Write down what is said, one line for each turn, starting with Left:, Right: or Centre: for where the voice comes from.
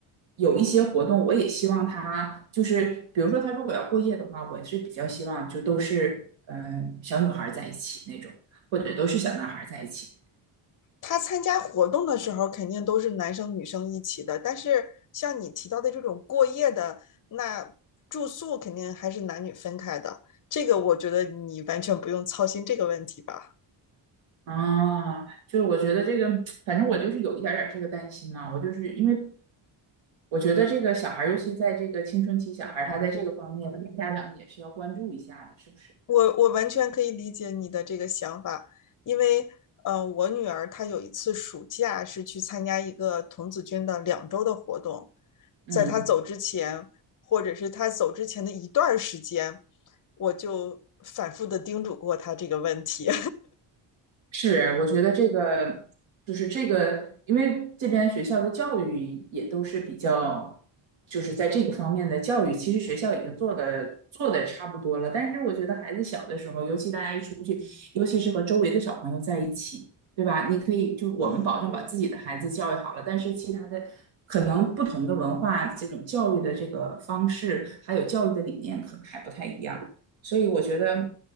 Right: 有一些活动，我也希望他就是，比如说他如果要过夜的话，我是比较希望就都是呃小女孩儿在一起那种，或者都是小男孩儿在一起。
Left: 他参加活动的时候肯定都是男生女生一起的，但是像你提到的这种过夜的，那住宿肯定还是男女分开的。这个我觉得你完全不用操心这个问题吧，
Right: 啊，就是我觉得这个，反正我就是有一点儿点儿这个担心嘛。我就是因为我觉得这个小孩儿尤其在这个青春期小孩儿他在这个方面，家长也是要关注一下的，是不是？
Left: 我我完全可以理解你的这个想法，因为呃，我女儿她有一次暑假是去参加一个童子军的两周的活动，
Right: 嗯。
Left: 在她走之前，或者是她走之前的一段时间，我就反复的叮嘱过她这个问题。
Right: 是，我觉得这个就是这个，因为这边学校的教育也都是比较，就是在这个方面的教育，其实学校已经做的做的差不多了。但是我觉得孩子小的时候，尤其大家一出去，尤其是和周围的小朋友在一起，对吧？你可以就我们保证把自己的孩子教育好了，
Left: 嗯，
Right: 但是其他的可能不同的文化，这种教育的这个方式，还有教育的理念，可能还不太一样。所以我觉得，